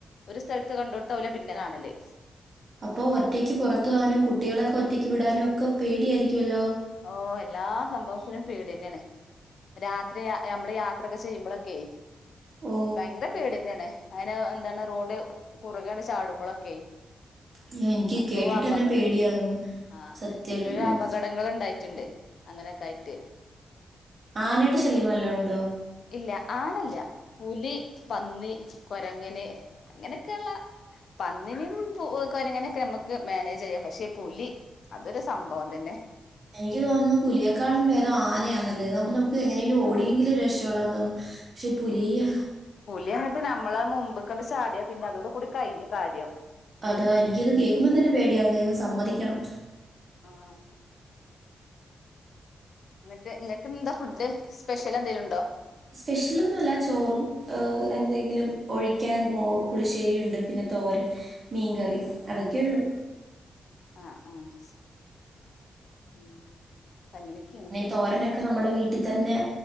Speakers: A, on the left; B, on the right.
A: ഒരു സ്ഥലത്ത് കണ്ടോട്ത്താഊല പിന്നെ കാണല്
B: അപ്പൊ ഒറ്റക്ക് പൊറത്ത് പോവാനും കുട്ടികളേഒക്കെ ഒറ്റക്ക് വിടാനും ഒക്കെ പേടിആയിരിക്കു അല്ലോ
A: ഓ എല്ലാ സംഭവത്തിനും പേടി തന്നേണ് രാത്രി നമ്മള് യാത്രയൊക്കെ ചെയ്യുമ്പളൊക്കെ
B: ഓ
A: ഭയങ്കര പേടിഎന്നേണ് അയ്ന് എന്താണ് റോഡ് കുറുകേണ്ട് ചാടുമ്പളൊക്കേ
B: അയ്യോ, എനിക്ക്
A: എത്രോ
B: കേട്ടിട്ട്
A: അപകടം
B: തന്നെ പേടിയാവുന്നു
A: ആ
B: സത്യമായിട്ടും
A: എത്രയോ
B: ഉഫ്.
A: അപകടങ്ങള് ഇണ്ടായി ട്ട്ണ്ട് അങ്ങനൊക്കായിട്ട്
B: ആനയുടെ ശല്യവല്ലോ ഉണ്ടോ
A: ഇല്ല ആനല്ല പുലി പന്നി കൊരങ്ങന് അങ്ങനെയൊക്കെള്ള പന്നീനേം പു കൊരങ്ങനെക്കെ നമ്മക്ക് മാനേജ് ചെയ്യാം പക്ഷെ പുലി അതൊരു സംഭവംതന്നെ
B: എനിക്ക് തോന്നുന്നു പുലിയെക്കാളും ഭേദം ആനയാന്നല്ലെ അതാകുമ്പ നമുക്ക് എങ്ങനേലും ഓടിയെങ്കിലും
A: ആഹ്
B: രക്ഷ പെടാന്ന് തോന്ന് പക്ഷെ പുലിയാ
A: പുലിയങ്ങട്ട് നമ്മളെ മുമ്പ്ക്കട് ചാടിയ പിന്നെ അതോടു കൂടി കഴിഞ്ഞു കാര്യം.
B: അതാ എനിക്കിത് കേക്കുമ്പോ തന്നെ പേടിയാവുന്നു അയ്യോ സമ്മതിക്കണം.
A: ആഹ് എന്നിട്ട് ഇങ്ങക്കെന്താ ഫുഡ് സ്പെഷ്യലെന്തേലും ഉണ്ടോ
B: സ്പെഷ്യലൊന്നുല്ല ചോറും ഏഹ് എന്തെങ്കിലും ഒഴിക്കാൻ മോ പുളിശ്ശേരി ഇണ്ട് പിന്നെ തോരൻ മീൻകറി അതൊക്കെ ഉള്ളൂ.
A: ആഹ് ആഹ് ആഹ് അപ്പങ്ങനക്കേണ്.
B: തോരനക്ക നമ്മടെ വീട്ടി തന്നെ